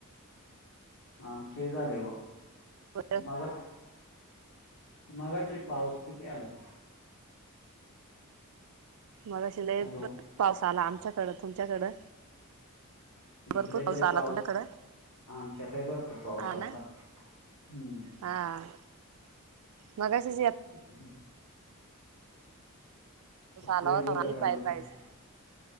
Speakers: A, on the left; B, on the right.
A: आमचे झाले ब
B: का?
A: मग मगाचे पाऊस किती आला?
B: मगाशी लय
A: हॅलो
B: पाऊस आला आमच्याकडं तुमच्याकडं.
A: इकडेले
B: भरपूर आला
A: पाऊस
B: तुमच्याकडं
A: आमच्या काही भरपूर पाऊस
B: हा
A: आलता
B: ना
A: हम्म.
B: हा मगाशी
A: <unintelligible>
B: पाऊस आला
A: लय
B: होता
A: जोरात
B: आणि
A: आला
B: पाय
A: होता
B: पायस.